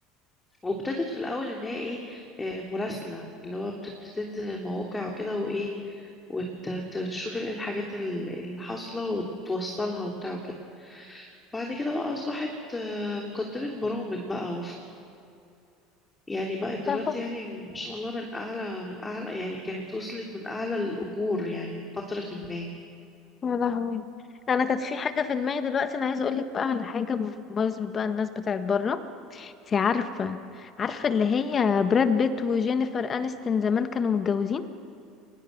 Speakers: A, on the left; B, on the left.
A: وابتدت في الاول ان هي ايه آه مراسلة اللي هو بتنزل تنزل المواقع وكده وايه وتشوف الحاجات ال- اللي حاصلة وتوصلها وبتاع وكده بعد كده بقى أصبحت آه، مقدمة برامج بقى يعني بقت دلوقتي
B: تعرف-
A: يعني ما شاء الله من اعلى من اعلى يعني كانت وصلت من اعلى الاجور يعني في فترة ما
B: يا لهوي انا كانت في حاجه في دماغي دلوقتي انا عايزه اقول لك بقى على حاجه بمناسبه بقى الناس بتاعت بره انت عارفه عارفه اللي هي براد بيت وجينيفر انستون زمان كانوا متجوزين